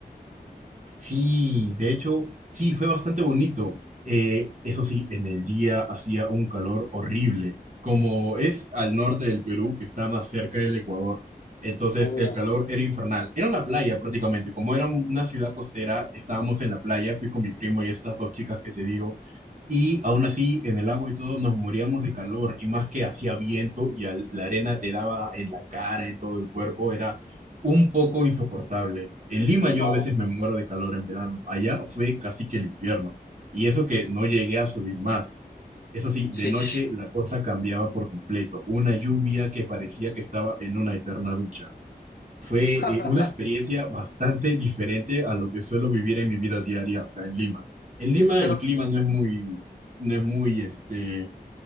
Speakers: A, on the right (about 50°); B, on the left (about 75°).
A: Sí, de hecho, sí, fue bastante bonito. Eh, eso sí, en el día hacía un calor horrible, como es al norte del Perú, que está más cerca del Ecuador. Entonces
B: Uh,
A: el calor era infernal. Era una playa prácticamente, como era un- una ciudad costera, estábamos en la playa, fui con mi primo y estas dos chicas que te digo, y aún así en el agua y todo nos moríamos de calor, y más que hacía viento y al- la arena te daba en la cara, en todo el cuerpo, un poco insoportable. En Lima yo
B: no.
A: a veces me muero de calor en verano. Allá fue casi que el infierno. Y eso que no llegué a subir más. Eso sí,
B: Sí.
A: de noche la cosa cambiaba por completo. Una lluvia que parecía que estaba en una eterna ducha. Fue
B: <laughs>
A: eh, una experiencia bastante diferente a lo que suelo vivir en mi vida diaria acá en Lima. En Lima
B: Pero,
A: el clima
B: te-
A: no es muy, no es muy, este,